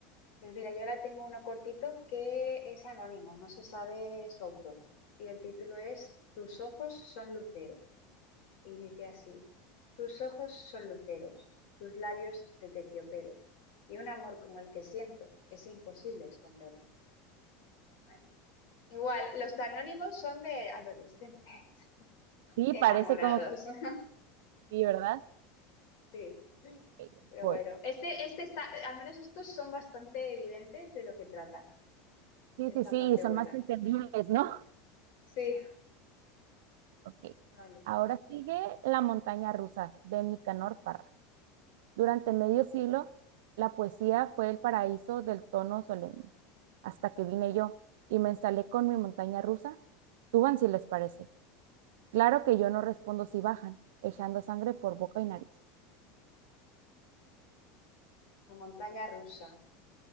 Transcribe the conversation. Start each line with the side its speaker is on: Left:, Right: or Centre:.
Left: Pues mira, yo ahora tengo uno cortito que es anónimo, no se sabe su autor. Y el título es Tus ojos son lucero. Y dice así, tus ojos son luceros, tus labios de terciopelo. Y un amor como el que siento es imposible esconderlo. Bueno, igual, los anónimos son de adolescentes <laughs>
Right: Sí,
Left: enamorados.
Right: parece como que
Left: <laughs>
Right: sí, ¿verdad?
Left: Sí.
Right: Ok,
Left: Pero
Right: voy.
Left: bueno, este, este está, al menos estos son bastante evidentes de lo que tratan.
Right: Sí,
Left: Es
Right: sí,
Left: la
Right: sí,
Left: parte
Right: y son
Left: buena.
Right: más entendibles, ¿no?
Left: Sí,
Right: Ok.
Left: vale,
Right: Ahora sigue La montaña rusa de Nicanor Parra. Durante
Left: vale.
Right: medio siglo, la poesía fue el paraíso del tono solemne. Hasta que vine yo y me instalé con mi montaña rusa. Suban si les parece. Claro que yo no respondo si bajan, echando sangre por boca y nariz.
Left: La montaña rusa.